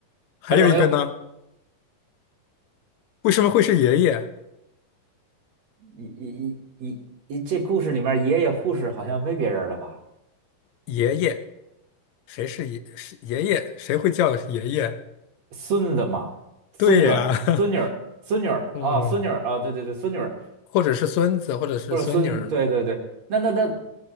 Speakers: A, on the left; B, on the right.
A: 还有一个呢？
B: 他等于
A: 为什么会是爷爷？
B: 一一一一一这故事里面爷爷护士好像没别人了吧？
A: 爷爷，谁是爷？是爷爷？谁会叫爷爷？
B: 孙子嘛，孙女儿，
A: 对呀，
B: 孙女儿，
A: <laughs>
B: 孙女儿啊，
A: 嗯，
B: 孙女儿啊，对对对，孙女儿。
A: 或者是孙子，或者是孙女儿，
B: 或者孙，对对对，那那那，